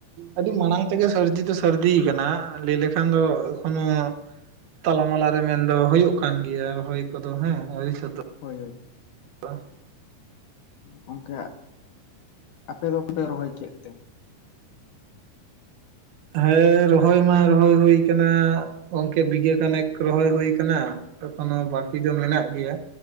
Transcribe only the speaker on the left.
ᱦᱳᱭ ᱦᱳᱭ ᱾
ᱜᱚᱝᱠᱮ <inaudible> ᱟᱯᱮ ᱫᱚ ᱯᱮ ᱨᱚᱦᱚᱭ ᱠᱮᱫ ᱛᱮ?